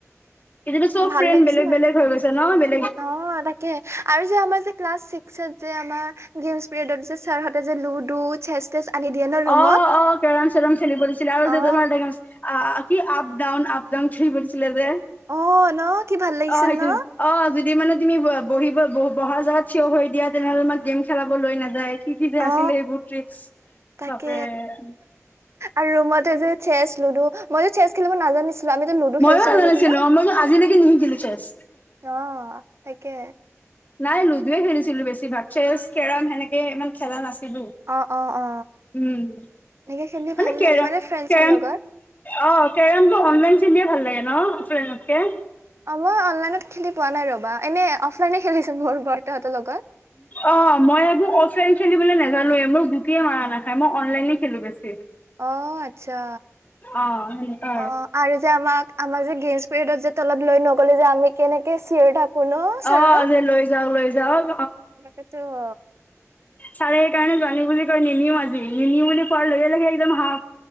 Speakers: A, on the left; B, on the right.
A: এতিয়াটো চব
B: ভাল
A: ফ্ৰেণ্ড
B: লাগিছিল
A: বেলেগ
B: আৰু
A: -বেলেগ হৈ গৈছে ন' বেলে
B: উম, অ' তাকে আৰু যে আমাৰ যে ক্লাছ ছিক্সত যে আমাৰ গেমছ পিৰিয়ডত যে ছাৰহঁতে যে লুডু চেছ- তেছ আনি দিয়ে ন ৰুমত
A: অ', - অ', কেৰম -চেৰম খেলিবলৈ দিছিলে আৰু
B: অ
A: যে তোমাৰ দেগামচ আ কি আপ ডাউন- আপ ডাউন খেলিব দিছিলে যে
B: অ ন কি ভাল লাগিছিল
A: <inaudible> অহ, সেইটো
B: ন
A: অহ যদি মানে তুমি বহিব ব -বহা জাগাত থিয় হৈ দিয়া তেনেহ'লে তোমাক গেম খেলাব লৈ নাযায়। কি- কি যে আছিলে
B: অ
A: এইবোৰ ট্ৰিক্স। বাপৰে
B: তাকে আৰু ৰুমতে যে চেচ, লুডু আৰু মইটো চেচ খেলিব নাজানিছো আমিতো লুডু
A: ময়ো
B: খেলিছিলো
A: নাজানিছিলো
B: নেকি ন'
A: মইতো আজিলৈকে নিশিকিলো চেছ
B: অহ তাকে
A: নাই লুডুয়ে খেলিছিলো বেছিভাগ চেচ, কেৰম সেনেকে ইমান খেলা নাছিল
B: অ অ অ
A: উম,
B: এনেকে খেলি
A: মানে
B: ভাল
A: কেৰম
B: লাগে ফ্ৰেণ্ডছৰ
A: টো
B: লগত
A: অহ, কেৰমটো অনলাইন খেলিয়ে ভাল লাগে ন'অফ লাইনত কে
B: অহ, মই অনলাইনত খেলি পোৱা নাই ৰবা। এনে অফলাইনে খেলিছো মোৰ বৰতাহঁতৰ লগত
A: অহ, মই আক অফলাইন খেলিবলে নে নেজানো মোৰ গোটেই মাৰা নাখায় মই অনলাইনে খেলো বেছি।
B: অহ, আচ্ছা।
A: অ সেনেকুৱা
B: অহ, আৰু যে আমাক -আমাক গেছ পিৰিয়দত তলত যে লৈ নগলে যে আমি কেনেকে চিঞৰি থাকোঁ। থাকোঁ ন' ছাৰক।
A: অ যে লৈ যাওক লৈ যাওক
B: তাকে টো হ
A: চাৰে সেইকাৰণে জানি বুজি কয় নিনিউ আজি নিনিউ বুলি পোৱাৰ লগে -লগে একদম হাঁহ